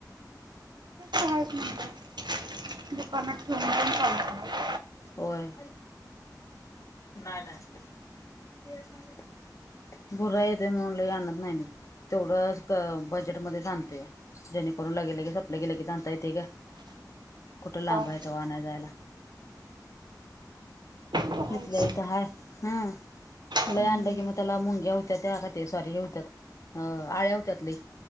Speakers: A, on the right; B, on the left.
A: कामाचं म्हणलं दुकानात ठेवून पण चालत नाही.
B: व्हयं, नाही नाही. बुरा येतोय म्हणून लय आणत नाही मी. तेवढंच बजेटमध्येच आणतोया जेणेकरून लगे -लगे सपलं की, लगेच आणता येतयं गं. कुठं लांब
A: हा
B: आहेे तवा आणाय जायाला,
A: ते तर
B: हिथल्या
A: आहेच
B: हित हाय. हं... लई
A: हम्म
B: आणलं की मग त्याला मुंग्या हुत्यात्या का ते सॉरी हे होत्यात आळ्या होत्यात लई.